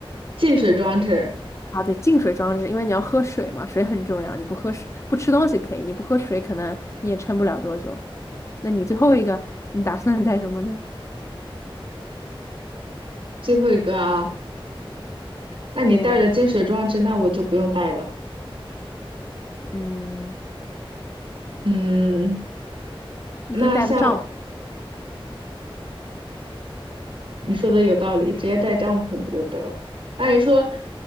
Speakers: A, on the right; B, on the left.
A: 净水装置，
B: 啊，对，净水装置，因为你要喝水嘛，水很重要。你不喝水，不吃东西可以，你不喝水，可能你也撑不了多久。那你最后一个，你打算带什么呢？
A: 最后一个啊，那你带了净水装置，
B: 对啊，
A: 那我就不用带了，
B: 嗯，
A: 嗯，
B: 你可以带个帐篷，
A: 那像。你说的有道理，直接带帐篷不就得了？那你说，